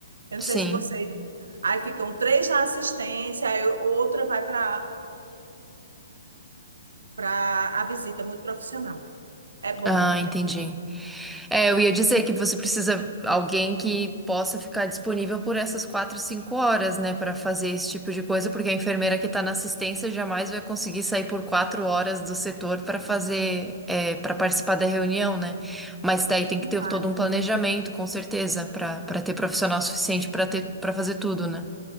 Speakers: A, on the right; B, in the centre.
A: eu
B: sim.
A: não sei se vocês. Aí ficam três na assistência, aí outra vai para a visita muito profissional. É bom.
B: Ah, entendi. É, eu ia dizer que você precisa alguém que possa ficar disponível por essas quatro, cinco horas, né, para fazer esse tipo de coisa,
A: É,
B: porque a enfermeira que está na assistência jamais vai conseguir sair por quatro horas do setor para fazer, é, para participar da reunião, né? Mas daí tem
A: não
B: que ter
A: para.
B: todo um planejamento, com certeza, pra para ter profissional suficiente pra ter para fazer tudo, né?